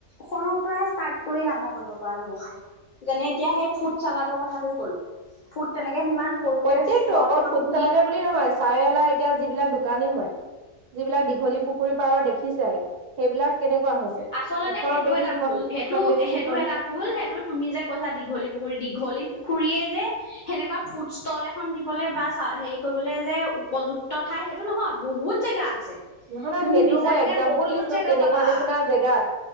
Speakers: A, on the left (about 75°); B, on the right (about 85°).
A: সৰুৰ পৰা ষ্টাৰ্ট কৰি ডাঙৰ কৰিব পৰা ব্যয়ৱসায় যেনে এতিয়া সেই ফুড চালাডৰ কথাটোৱে ক'লো ফুড তেনেকে সিমান সৰুকে
B: প্ৰত্যেকটো
A: ষ্টল
B: অকল
A: এখন
B: ফুট
A: খুলি
B: চালাতে বুলি নহয় চাৰিেলা এতিয়া যিবিলাক শুকানী হয় যিবিলাক দীঘলী পুখুৰী পাৰৰ দেখিছোই সেইবিলাক কেনেকুৱা হৈছে
A: আচলতে
B: ইখনক
A: সেইটো
B: দেখি
A: এটা
B: ইখন
A: ভুল সেইটো
B: সিখন দেখি
A: সেইটো
B: ইখন
A: এটা ভুল সেইটো তুমি যে কৈছা দীঘলী পুখুৰী দীঘলী পুখুৰীয়ে যে সেনেকুৱা ফুড ল এখন দিবলৈ বাা হেৰি কৰিবলৈ যে উপযুক্ত খাই সেইটো নহয় বহুত জেগা আছে
B: নহয় নহয়
A: তুমি
B: সেইটো
A: বিচাৰিলে
B: মই এক্জাম্পুল
A: বহুত
B: দিছো
A: জেগা
B: তেনেকুৱা
A: পাবা
B: নিচিনা জেগাত